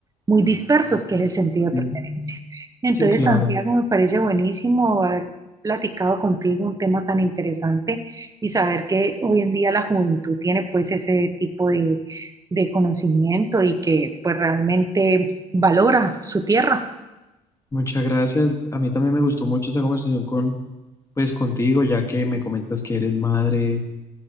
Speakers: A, on the right; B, on the left.
A: muy dispersos, que es el sentido de
B: Sí,
A: pertenencia. Entonces,
B: Sí, claro.
A: Santiago, me parece buenísimo haber platicado contigo un tema tan interesante y saber que hoy en día la juventud tiene pues ese tipo de, de conocimiento y que pues realmente valora su tierra.
B: Muchas gracias. A mí también me gustó mucho esta conversación con, pues contigo, ya que me comentas que eres madre